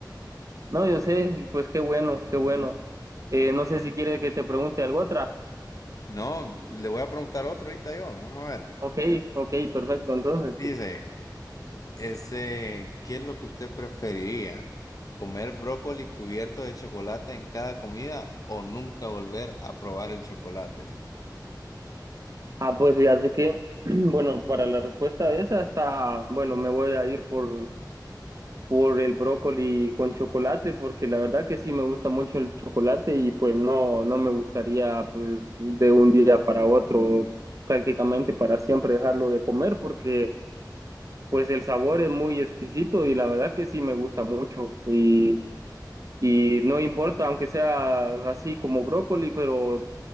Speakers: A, on the right (about 45°); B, on the left (about 50°).
A: No, yo sé, y pues qué bueno, qué bueno. Eh, no sé si quiere que te pregunte algo otra.
B: No, le voy a preguntar otro ahorita yo, vamos a ver.
A: Ok, ok, perfecto, entonces.
B: Dice. Ese, ¿qué es lo que usted preferiría? ¿Comer brócoli cubierto de chocolate en cada comida o nunca volver a probar el chocolate?
A: Ah, pues fíjate que, <clears throat> bueno, para la respuesta de esa hasta, bueno, me voy a ir por por el brócoli con chocolate, porque la verdad que sí me gusta mucho el chocolate y pues no, no me gustaría pues de un día para otro prácticamente para siempre dejarlo de comer porque pues el sabor es muy exquisito y la verdad que sí me gusta mucho y, y no importa aunque sea así como brócoli, pero